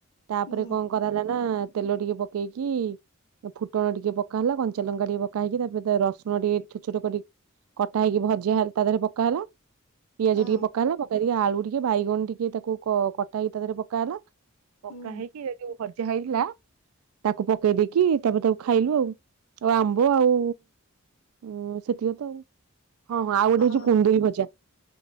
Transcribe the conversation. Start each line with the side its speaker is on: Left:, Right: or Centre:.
Right: ତାପରେ
Left: ହୁଁ
Right: କଣ କରାହେଲା ନା ତେଲ ଟିକେ ପକ ପକେଇକି ଫୁଟଣ ଟିକେ ପକା ହେଲା କଞ୍ଚା ଲଙ୍କା ଟିକେ ପକା ହେଇକି ତାପରେ ରସୁଣ ଟିକେ ଛୋଟ ଛୋଟ କରିକ କଟା ହେଇକି ଭଜା ତା ଦେହରେ ପକା ହେଲା ପିଆଜ
Left: ହଁ
Right: ଟିକେ ପକା ହେଲା। ପକ୍ ଖାଲି ଆଳୁ ଟିକେ ବାଇଗଣ ଟିକେ ତାକୁ କଟା ହେଇକି ତା ଦେହରେ ପକା ହେଲା। ପକା
Left: ହୁଁ
Right: ହେଇକି ଏ ଯୋଉ ଭଜା ହେଇଥିଲା ତାକୁ ପକେଇ ଦେଇକି ତାପରେ ତାକୁ ଖାଇଲୁ ଆଉ, ଆମ୍ବ ଆଉ ଉଁ ସେତିକ ତ, ହଁ ହଁ ଆଉ ଗୋଟେ
Left: ହଁ
Right: ହଉଚି କୁନ୍ଦୁରି ଭଜା।